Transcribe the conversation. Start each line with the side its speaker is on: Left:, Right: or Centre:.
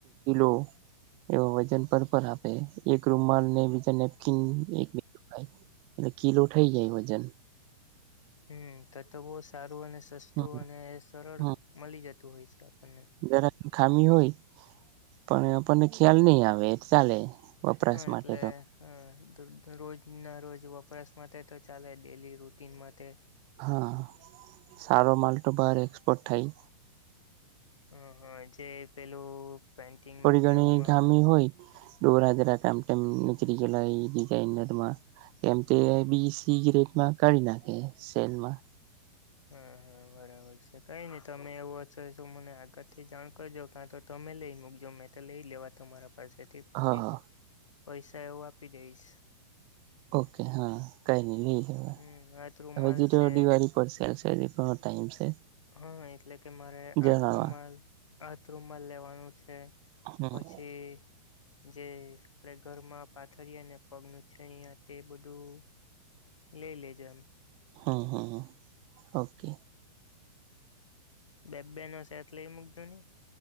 Right: <unintelligible> એ વજન પર આપે એક રૂમાલ ને બીજા નેપકીન એક એટલે કીલો થઇ જાય વજન
Left: હમ તો તો બહુ સારું અને સસ્તું
Right: હમ
Left: અને સરળ
Right: હમ
Left: મળી જતું હોય છે આપણને
Right: જરા ખામી હોય પણ આપણને ખ્યાલ નહી આવે ચાલે વપરાશ
Left: હા એટલે
Right: માટે તો
Left: હ દ રોજના રોજ વપરાશ માટે તો ચાલે ડેલી રૂટીન માટે
Right: હા સારો માલ તો બાર એક્સપોર્ટ થાય
Left: હ હા જે પેલું પેન્ટિંગમાં
Right: થોડી
Left: કેવુંમાં
Right: ઘણી ખામી હોય ડોર હાજરા કામમ નીકળ ગયલા ડિઝઇનરમાં કેમ તે બીસી ગ રેટમાં કાઢી નાખે સેલમાં
Left: હા હા બરાબર છે કઈ નઈ તમે એવું હો તો મને આગળ થી જાણ કરજો કાં તો તમે લઈ મૂકજો મેં તો લઈ લેવા તમારા પાસે તે પછી
Right: હા હા
Left: પૈસા એવું આપી દઈશ
Right: ઓકે હા કઈ નઈ લઈ જવા
Left: હમ હાથ રૂમાલ
Right: હવે જે
Left: છે
Right: દિવાળી પર સેલ છે હજી ઘણો ટાઇમ છે
Left: હા એટલે કે મારે હાથ
Right: જણાવા
Left: રૂમમાં હાથ રૂમમાં લેવાનો છે
Right: હમ
Left: પછી જે આપણેે ઘરમાં પાથરિયે અને પગ લુચ્ચાનાયા તે બધું લઈ લેજો એમ
Right: હા હા ઓકે
Left: બે બે નો શેટ લઈ મુૂક છો ની